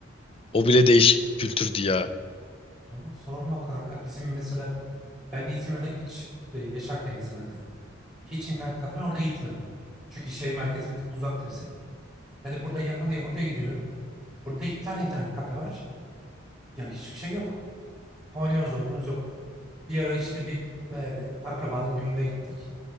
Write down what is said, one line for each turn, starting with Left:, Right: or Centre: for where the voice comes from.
Left: O bile değişik bir kültürdü ya.
Centre: Yo, sorma kanka bizim mesela ben İzmir'de hiç e, yaşarken İzmir'de hiç internet kafeye orada gitmedim. Çünkü şehir merkezi bir tık uzaktı bize. Hani burada yakın diye burada gidiyorum. Burada iki tane internet kafe var. Ya hiçbir şey yok. Oynuyoruz oynuyoruz yok. Bir ara işte bir e, akrabanın düğününe gittik.